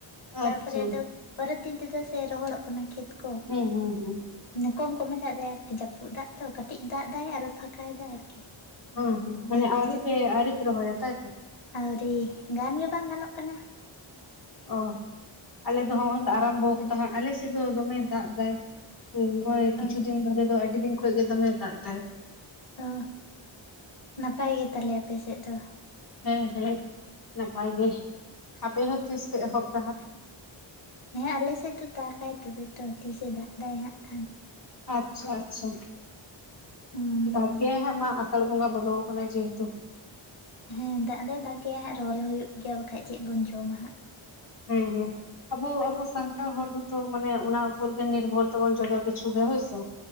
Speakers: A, on the left; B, on the left.
A: ᱛᱟᱨᱯᱚᱨᱮ
B: ᱟᱪᱪᱷᱟ
A: ᱫᱚ ᱯᱚᱨᱮᱨ ᱫᱤᱱ ᱛᱮᱫᱚ ᱥᱮ ᱨᱚᱦᱚᱲᱚᱜ ᱠᱟᱱᱟ ᱠᱷᱮᱛ ᱠᱚ
B: ᱦᱩᱸ ᱦᱩᱸ ᱦᱩᱸ
A: ᱠᱚᱢ ᱠᱚᱢᱮ ᱫᱟᱜ ᱮᱟᱭ ᱟᱨᱠᱤ ᱡᱟᱹᱯᱩᱫ ᱫᱟᱜ ᱫᱚᱚ ᱠᱟᱹᱴᱤᱡ ᱫᱟᱜ ᱮᱟᱭ ᱟᱨᱚ ᱯᱷᱟᱸᱠᱟᱭᱮᱫᱟᱭ ᱟᱨᱠᱤ
B: ᱦᱮᱸ ᱦᱮᱸ ᱢᱟᱱᱮ
A: ᱵᱷᱟᱜᱤ
B: ᱟᱹᱣᱨᱤᱯᱮ ᱟᱹᱣᱨᱤᱯᱮ ᱨᱚᱦᱚᱭᱟ ᱛᱟᱭᱛᱚ
A: ᱟᱣᱨᱤ ᱜᱟᱱ ᱜᱮ ᱵᱟᱝ ᱜᱟᱱᱚᱜ ᱠᱟᱱᱟ
B: ᱚᱻ ᱟᱞᱮ ᱫᱚ
A: ᱦᱮᱸ
B: ᱦᱚᱸᱜᱼᱚᱭ ᱞᱮ ᱟᱨᱟᱢᱵᱚ ᱠᱟᱫᱟ ᱦᱟᱸᱜ ᱟᱞᱮ ᱥᱮᱫ ᱫᱚ ᱫᱚᱢᱮ ᱫᱟᱜ ᱫᱟᱭ ᱮ ᱱᱚᱜ ᱚᱭ ᱠᱤᱪᱷᱩ
A: ᱚ
B: ᱫᱤᱱ ᱫᱷᱚᱨᱮ ᱫᱚ ᱟᱹᱰᱤ ᱫᱤᱱ ᱠᱷᱚᱱᱚᱡ ᱜᱮ ᱫᱚᱢᱮ ᱫᱟᱜ ᱮᱫᱭ
A: ᱚ ᱱᱟᱯᱟᱭ ᱜᱮᱛᱟᱞᱮ ᱟᱯᱮ ᱥᱮᱫ ᱫᱚ
B: ᱦᱮᱸ ᱦᱮᱸ ᱱᱟᱯᱟᱭ ᱜᱮ ᱟᱯᱮ ᱦᱚᱸ ᱛᱤᱥ ᱯᱮ ᱮᱦᱚᱵᱫᱟ ᱦᱟᱸᱜ?
A: ᱦᱮᱸ ᱟᱞᱮᱥᱮᱫ ᱫᱚ ᱫᱟᱜᱟᱭ ᱛᱚᱵᱮ ᱛᱚ ᱛᱤᱥᱮ ᱫᱟᱜ ᱫᱟ ᱦᱟᱜ ᱠᱷᱟᱱ
B: ᱟᱪᱪᱷᱟ ᱟᱪᱪᱷᱟ
A: ᱦᱩᱸ
B: ᱵᱷᱟᱜᱮ ᱦᱟᱸᱜ ᱢᱟ ᱥᱟᱲᱵᱷᱚᱸᱜᱟ ᱵᱚᱞ ᱠᱟᱱᱟ ᱡᱮᱦᱮᱛᱩ
A: ᱦᱮᱸ ᱫᱟᱜ ᱫᱚᱭ ᱫᱟᱜᱮᱭᱟ ᱦᱟᱸᱜ ᱨᱚᱦᱚᱭ ᱦᱩᱭᱩᱜ ᱜᱮᱭᱟ ᱵᱟᱠᱷᱟᱡ ᱪᱮᱫ ᱵᱚᱱ ᱡᱚᱢᱟ ᱦᱟᱸᱜ
B: ᱦᱮᱸ ᱦᱮᱸ ᱟᱵᱚ ᱟᱵᱚ ᱥᱟᱱᱛᱟᱲ ᱦᱚᱲ ᱫᱚᱛᱚ ᱢᱟᱱᱮ ᱚᱱᱟ ᱩᱯᱚᱨ ᱜᱮ ᱱᱤᱨᱵᱷᱚᱨ ᱛᱟᱵᱚᱱ ᱡᱚᱛᱚ ᱠᱤᱪᱷᱩ ᱜᱮ ᱦᱳᱭᱥᱮ